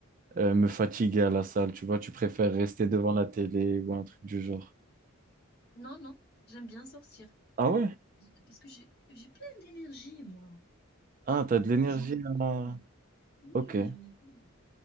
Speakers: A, on the right (about 40°); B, on the left (about 45°).
A: euh, me fatiguer à la salle. Tu vois, tu préfères rester devant la télé ou un truc du genre.
B: Non, non, j'aime bien sortir.
A: Ah ouais?
B: J- Parce que j'ai j'ai plein d'énergie, moi.
A: Ah, t'as de l'énergie
B: J'en ai plein.
A: à...
B: Oui,
A: Ok.
B: j'en ai plein.